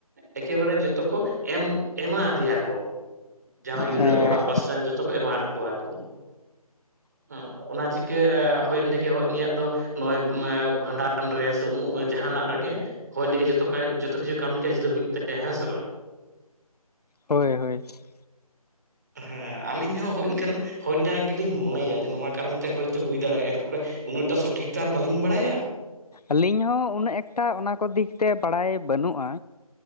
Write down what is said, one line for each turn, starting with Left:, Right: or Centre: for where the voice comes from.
Right: ᱮᱠᱮᱵᱟᱨᱮ ᱡᱚᱛᱚ ᱠᱚ ᱮᱢ ᱮᱢᱟ ᱫᱮᱭᱟ ᱠᱚ ᱡᱟᱦᱟᱸᱭ ᱜᱤᱫᱽᱨᱟᱹ
Left: ᱦᱮᱸ
Right: ᱚᱲᱟᱜ ᱯᱟᱥᱴᱟ ᱡᱚᱛᱚ ᱠᱚ ᱮᱢᱟᱫ ᱠᱚᱣᱟ ᱠᱚ ᱾ ᱦᱩᱜ ᱚᱱᱟ ᱪᱤᱠᱟᱹ ᱦᱳᱭ ᱚᱸᱰᱮ ᱜᱮ ᱦᱚᱜ ᱱᱤᱭᱟᱜ ᱫᱚ ᱱᱚᱜᱼᱚᱭ ᱵᱷᱟᱸᱰᱟᱱ ᱥᱮ ᱩᱢᱩᱜ ᱡᱟᱦᱟᱱᱟᱜ ᱨᱮᱜᱮ ᱦᱳᱭ ᱚᱸᱰᱮ ᱜᱮ ᱡᱚᱛᱚ ᱠᱟᱭ ᱡᱚᱛᱚ ᱠᱤᱪᱷᱩ ᱠᱟᱹᱢᱤ ᱠᱟᱹᱡ ᱫᱚ ᱦᱩᱭᱩᱜ ᱛᱟᱭᱟ ᱦᱮᱸ ᱥᱮ ᱵᱟᱝ?
Left: ᱦᱳᱭ ᱦᱳᱭ ᱾
Right: ᱦᱮᱸ ᱟᱹᱞᱤᱧ ᱦᱚᱸ ᱦᱚᱜ ᱤᱧ ᱠᱟᱱ ᱦᱚᱱᱱᱟ ᱜᱮᱞᱤᱧ ᱢᱚᱱᱮᱭᱟ ᱡᱮ ᱱᱚᱣᱟ ᱠᱟᱨᱚᱱ ᱛᱮ ᱦᱳᱭᱛᱳ ᱦᱩᱭ ᱫᱟᱲᱮᱭᱟᱜᱼᱟ ᱮᱨᱯᱚᱨᱮ ᱩᱱᱟᱹᱜᱴᱟ ᱥᱚᱴᱷᱤᱠ ᱛᱚ ᱟᱨ ᱵᱟᱹᱞᱤᱧ ᱵᱟᱲᱟᱭᱟ ᱾
Left: ᱟᱹᱞᱤᱧ ᱦᱚᱸ ᱩᱱᱟᱹᱜ ᱮᱠᱴᱟ ᱚᱱᱟ ᱠᱚ ᱫᱤᱠ ᱛᱮ ᱵᱟᱲᱟᱭ ᱵᱟᱹᱱᱩᱜᱼᱟ᱾